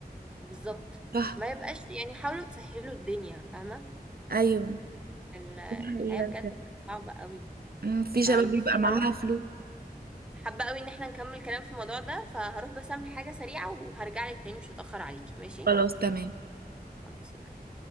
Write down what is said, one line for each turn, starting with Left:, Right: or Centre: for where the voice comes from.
Centre: بالظبط
Right: صح
Centre: ما يبقاش يعني حاولوا تسهلوا الدنيا فاهمة
Right: ايوه
Centre: ال- الحياة
Right: دي حقيقة
Centre: بجد
Right: بجد.
Centre: كانت صعبة قوي
Right: أمم، في شباب
Centre: فبصي
Right: بيبقى معاها
Centre: هروح
Right: فلوس
Centre: حابة قوي ان احنا نكمل كلام في الموضوع ده فهروح بس اعمل حاجة سريعة وهرجع لك تاني مش هتأخر عليكي ماشي
Right: خلاص تمام
Centre: خلاص اوكي